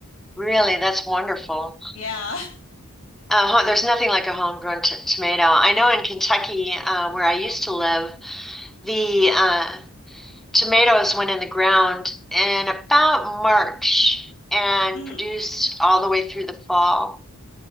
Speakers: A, in the centre; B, on the left.
A: Really, that's wonderful.
B: Yeah.
A: Uh, there's nothing like a homegrown t- tomato. I know in Kentucky, uh, where I used to live, the uh, tomatoes went in the ground in about March and
B: <laughs> hmm
A: produced all the way through the fall.